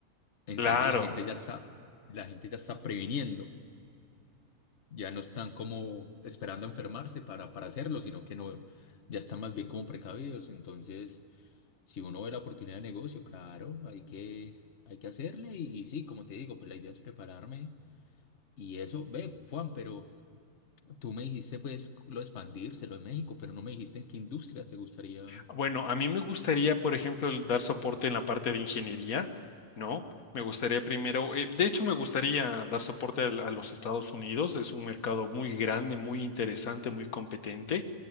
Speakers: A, on the left (about 55°); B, on the left (about 80°).
A: Entonces
B: Claro.
A: la gente ya está, la gente ya está previniendo, ya no están como esperando a enfermarse para, para hacerlo, sino que no, ya están más bien como precavidos. Entonces Si uno ve la oportunidad de negocio, claro, hay que, hay que hacerle y, sí, como te digo, pues la idea es prepararme y eso, ve, Juan, pero tú me dijiste pues lo de expandírselo en México, pero no me dijiste en qué industria te gustaría.
B: Bueno, a mí me gustaría, por ejemplo, el dar soporte en la parte de ingeniería, ¿no? Me gustaría primero, eh, de hecho me gustaría dar soporte al- a los Estados Unidos, es un mercado muy grande, muy interesante, muy competente.